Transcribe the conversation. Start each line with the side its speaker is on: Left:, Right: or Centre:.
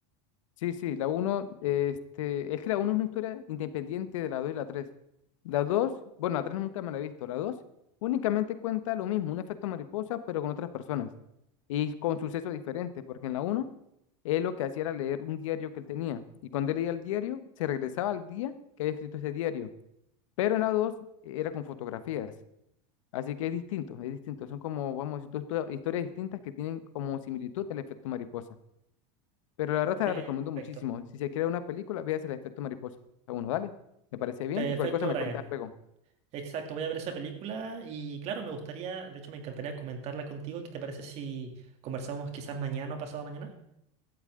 Left: Sí, sí, la uno, este, es que la uno es una historia independiente de la dos y la tres. La dos, bueno, la tres nunca me la he visto. La dos únicamente cuenta lo mismo, un efecto mariposa, pero con otras personas y con sucesos diferentes, porque en la uno Él lo que hacía era leer un diario que él tenía. Y cuando él leía el diario, se regresaba al día que había escrito ese diario. Pero en la 2 e, era con fotografías. Así que es distinto, es distinto. Son como, vamos, a decir, dos histo- historias distintas que tienen como similitud el efecto mariposa. Pero la verdad te
Right: Perfecto.
Left: la recomiendo muchísimo. Si se crea una película, véase el efecto mariposa. A uno, dale. Me parece bien.
Right: Perfecto,
Left: Y cualquier cosa me
Right: Brian.
Left: cuenta luego.
Right: Exacto, voy a ver esa película y claro, me gustaría, de hecho me encantaría comentarla contigo. ¿Qué te parece si conversamos quizás mañana o pasado mañana?